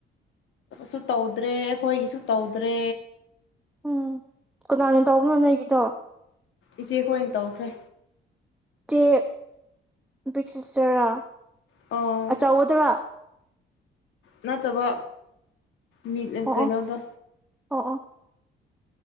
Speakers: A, on the left; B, in the centre.
A: ꯁꯨ ꯇꯧꯗ꯭ꯔꯦ ꯑꯩꯈꯣꯏꯒꯤꯁꯨ ꯇꯧꯗ꯭ꯔꯦ
B: ꯎꯝ ꯀꯗꯥꯅ ꯇꯧꯕꯅꯣ ꯅꯣꯏꯒꯤꯗꯣ
A: ꯏꯆꯦ ꯈꯣꯏꯅ ꯇꯧꯈ꯭ꯔꯦ
B: ꯇꯦ ꯕ꯭ꯔꯤꯛꯁꯤꯁꯔꯥ
A: ꯑꯣ
B: ꯑꯆꯥ ꯑꯣꯗꯔꯥ
A: ꯅꯠꯇꯕ ꯃꯤ
B: ꯑꯣ
A: ꯀꯩꯅꯩꯅꯣꯗ
B: ꯑꯣ ꯑꯣ ꯑꯣ